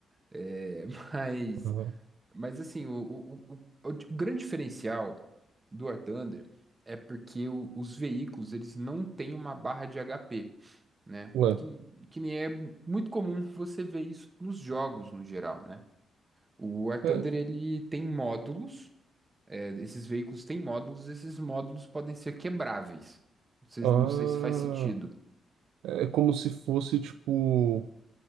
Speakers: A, on the right; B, on the right.
A: É, <laughs> Mas,
B: Ah,
A: mas assim, o, o, o, o- o grande diferencial do War Thunder é porque o- os veículos, eles não têm uma barra de HP. né?
B: ué.
A: Que, que nem é muito comum você ver isso nos jogos no geral, né? O War Thunder,
B: É,
A: ele tem módulos, é, esses veículos têm módulos, esses módulos podem ser quebráveis. Não sei,
B: ah,
A: não sei se faz sentido.
B: é como se fosse, tipo...